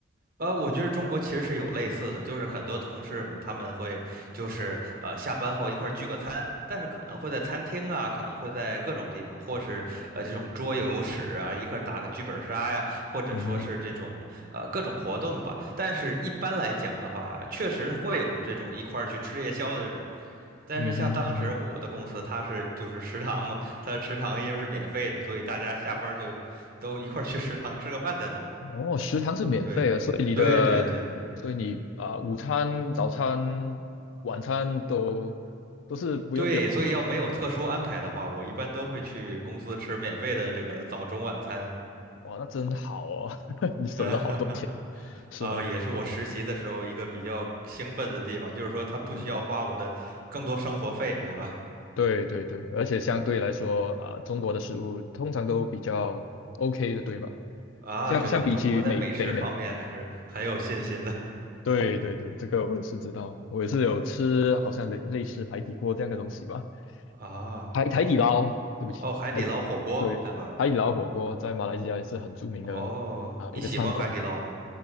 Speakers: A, on the right; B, on the left.
A: 呃，我觉得中国其实是有类似的，就是很多同事们他们会就是呃下班后一块儿聚个餐，但是可能会在餐厅啊，可能会在各种地方，或是呃这种桌游室啊，一块儿打个剧本杀呀，或者说是这种呃各种活动吧。
B: 嗯哼，
A: 但是一般来讲的话，确实会有这种一块儿去吃夜宵的这种。但是像当时我的公司，
B: 嗯哼，嗯哼。
A: 它是就是食堂嘛，它的食堂因为是免费的，所以大家下班儿就都一块儿去食堂吃个饭再走。
B: 哦，食堂是免费的，
A: 对对对对对。
B: 所以你的，所以你啊、午餐、早餐、晚餐都都是不用不用。
A: 对，所以要没有特殊安排的话，我一般都会去公司吃免费的这个早中晚餐。
B: 哇，那真好哦，<laughs> 你省了好多钱，
A: <laughs>
B: 是吗？
A: 啊，也是我实习的时候一个比较兴奋的地方，就是说他不需要花我的更多生活费，
B: 嗯，
A: 对吧？
B: 对对对，而且相对来说啊、中国的食物通常都比较 OK 的，对吧？
A: 啊，
B: 相相比起美北美。
A: 对，在中国在美食方面还是很有信心的
B: 对对对，这个我也是知道，我也是有吃，好像类类似海底锅这样的东西吧，
A: 啊。
B: 海海底捞，对不起，
A: 哦，海底捞火锅，
B: 海，对，
A: 对吧？
B: 海底捞火锅在马来西亚也是很著名的啊、
A: 哦，你喜欢海底捞吗？
B: 一个餐馆，